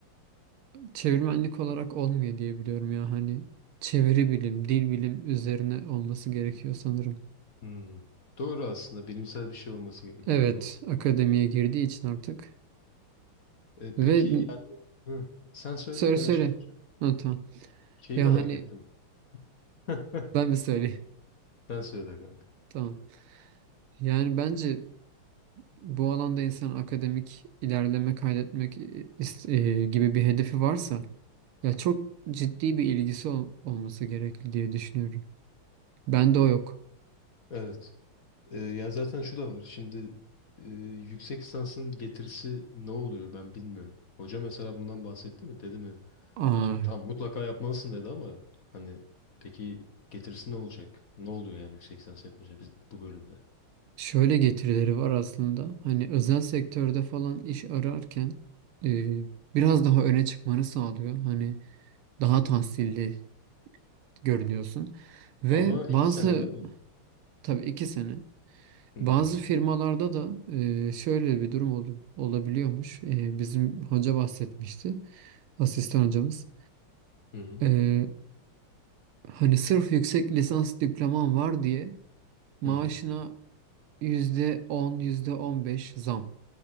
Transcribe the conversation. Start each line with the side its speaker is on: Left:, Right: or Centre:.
Right: Çevirmenlik olarak olmuyor diye biliyorum ya hani çeviri bilim, dil bilim üzerine olması gerekiyor sanırım.
Left: Hmm. Doğru aslında bilimsel bir şey olması gerekiyor.
Right: Evet,
Left: Doğru.
Right: akademiye
Left: Mantıklı.
Right: girdiği için artık.
Left: E,
Right: Ve
Left: peki yani Hı. sen söyle
Right: söyle
Left: ben
Right: söyle.
Left: şey yapacağım.
Right: Ha, tamam.
Left: Şeyi
Right: Ya
Left: merak
Right: hani
Left: ettim. <laughs>
Right: ben mi söyleyeyim?
Left: Sen söyle kanka.
Right: <laughs> Tamam. Yani bence bu alanda insan akademik ilerleme kaydetmek e, ist- e, gibi bir hedefi varsa ya çok ciddi bir ilgisi ol- olması gerekli diye düşünüyorum. Bende o yok.
Left: Evet. Ee, yani zaten şu da var. Şimdi e, yüksek lisansın getirisi ne oluyor ben bilmiyorum. Hoca mesela bundan bahsetti mi? Dedi mi?
Right: Aa,
Left: Tamam mutlaka yapmalısın dedi ama hani peki getirisi ne olacak? Ne oluyor yani yüksek lisans yapınca biz, bu bölümde?
Right: Şöyle getirileri var aslında. Hani özel sektörde falan iş ararken e, biraz daha öne çıkmanı sağlıyor. Hani daha tahsilli görünüyorsun. Ve
Left: Ama iki
Right: bazı
Left: sene değil mi?
Right: tabii iki sene
Left: Hmm.
Right: bazı firmalarda da e, şöyle bir durum ol- olabiliyormuş. E, bizim hoca bahsetmişti. Asistan hocamız.
Left: Hı hı.
Right: E, hani sırf yüksek lisans diploman var diye maaşına
Left: Hı hı.
Right: yüzde on, yüzde on beş zam.